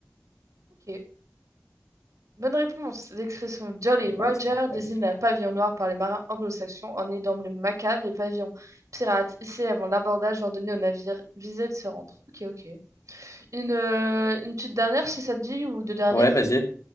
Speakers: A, on the right; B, on the left.
A: Ok. Bonne réponse. L'expression Jolly Roger
B: Masterclass.
A: désigne la pavillon noir par les marins anglo-saxons en est d'emblème macabre les pavillons pirates hissés avant l'abordage ordonné aux navires visés de se rendre. Ok, ok. Une, euh, une petite dernière, si ça te dit, ou deux dernières?
B: Ouais, vas-y.